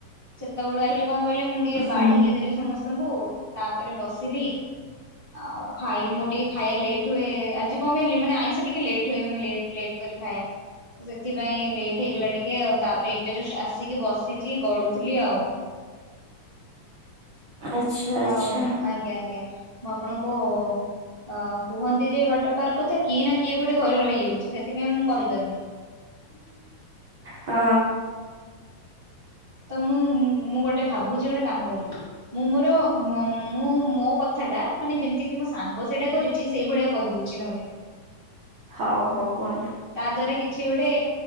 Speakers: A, on the right; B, on the right.
A: ସେତବେଳୁ ଆଇଲେ କଣ କହିଲେ ମୁଁ ଟିକେ
B: ହୁଁ
A: ବାଢିକି ଦେଲି ସମସ୍ତଙ୍କୁ ତାପରେ ବସିଲି। ଆଉ ଖାଇଲୁ ମୋର ଟିକେ ଖାଇବା ଲେଟ୍ ହୁଏ ଆଜି କଣ ପାଇଁ ମାନେ ଆଇଁଷ ଟିକେ ଲେଟ୍ ହୁଏ ମୁଁ ଲେଟ ଲେଟ୍ କରି ଖାଏ ସେଥିପାଇଁ ଲେଟ୍ ଠହେଇଗଲା ଟିକେ ଆଉ ତାପରେ ଏବେ ଜଷ୍ଟ ଆସିକି ବସିଛି ଗଡୁଥିଲି ଆଉ।
B: ଆଚ୍ଛା।
A: ହଉ
B: ଆଚ୍ଛା
A: ଆଜ୍ଞା ଆଜ୍ଞା। ମୁଁ ଆପଣଙ୍କୁ ଅ କୁହନ୍ତି ଯେ ୱାଟର ପାର୍କ କଥା କିଏ ନା କିଏ ଗୋଟେ ଘରେ ରହିଯାଉଛି ସେ ସେଥିପାଇଁ ମୁଁ କହିପାରୁନି।
B: ହଁ।
A: ତ ମୁଁ ମୁଁ ଗୋଟେ ଭାବୁଛି ଗୋଟେ କାମ କରିବି। ମୁଁ ମୋର ମୁଁ ମୋ କଥା ଟା ମାନେ ଯେମତି କି ମୋ ସାଙ୍ଗ ସେଇଟା କରିଛି ସେଇ ଭଳିଆ କହିଦଉଛି ନହେଲେ।
B: ହଉ ହଉ କୁହନ୍ତୁ
A: ତା ଦ୍ଵାରା କିଛି ଗୋଟେ